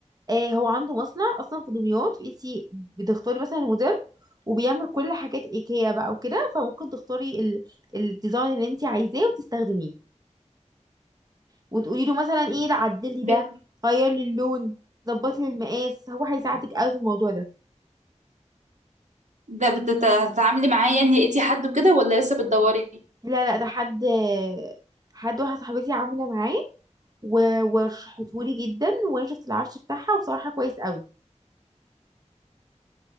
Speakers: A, on the right (about 30°); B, on the right (about 75°).
A: آه هو عنده مصنع اصلا في دمياط انت بتختاري مثلا الموديل وبيعمل كل حاجات ايكيا بقى وكده فممكن تختاري ال... الديزاين اللي انت عايزاه وتستخدميه وتقولي له مثلا ايه لا عدلي
B: بت-
A: ده غير لي اللون ظبط لي المقاس هو هيساعدك قوي في الموضوع ده
B: ده بتت- هتتعاملي معاه يعني لقيتي حد وكده ولا لسه بتدوري
A: لا لا ده حد حد واحده صاحبتي عامله معاه و- ورشحتهولي جدا وانا شفت العفش بتاعها وبصراحه كويس قوي